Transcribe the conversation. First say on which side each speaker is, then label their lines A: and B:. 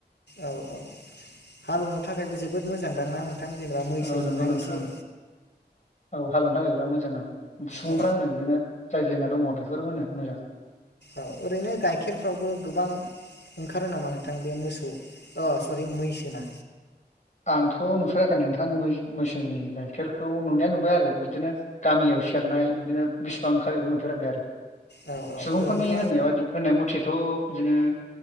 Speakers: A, on the left; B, on the left.
A: औ औ हालेवनो थाखायबो जोबोद मोजांदांना नों मैसोजोंहाय
B: औ नंगौ नोंथां
A: एसे
B: औ हालेवनो थाखाय बिराद मोजां औ सुबुंफ्रा
A: औ
B: होनो बिदिनो जाय जोंना दंङो बेफोर मोनो मोजां
A: औ ओरैनो गाइखेरफ्रावबो गोबां ओंखारो नामा नोंथां बे मोसौ अ सरि मैसोना
B: आंथ' नुफेराखै नोंथां मैसोनि गाइखेरखौ नुनाया नुबाय आरो बिदिनो गामियाव सेरनाय बिदिनो बेसिबां ओंखारो बेखौ नुफेराखै आरो
A: औ औ
B: सुबुंफोरनि
A: ओरैनोथ'
B: होननाय बादि होननाय मथेथ' बिदिनो